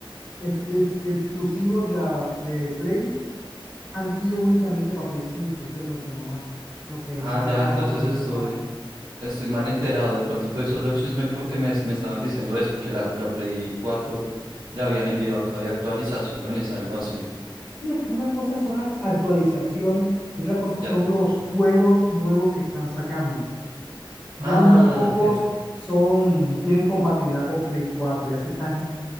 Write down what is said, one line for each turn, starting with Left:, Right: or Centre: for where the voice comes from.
Left: ex- ex- exclusivos de la de Play han sido únicamente para Play cinco Eso es lo que no más, lo que
Right: Ah,
Left: no
Right: ya,
Left: ha agradado
Right: entonces
Left: a muchos
Right: estoy,
Left: fans.
Right: estoy mal enterado. De pronto fue solo chisme porque me, me estaban diciendo eso, que la, la Play 4 le habían enviado todavía actualizaciones, algo así.
Left: Sí, es que una cosa son las actualizaciones y otra cosa
Right: Ya.
Left: son los juegos nuevos que están sacando. Ya
Right: Ah,
Left: muy pocos
Right: entiendo.
Left: son, tienen compatibilidad con Play cuatro ya se están